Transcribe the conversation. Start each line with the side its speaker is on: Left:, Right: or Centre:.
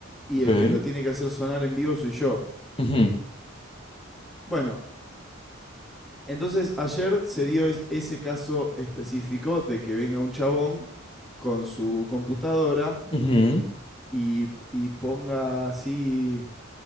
Centre: y
Left: Ok.
Centre: el que lo tiene que hacer sonar en vivo soy yo.
Left: Ujú,
Centre: Bueno, entonces ayer se dio es- ese caso específico de que venga un chabón con su computadora
Left: ujú.
Centre: y, y ponga así,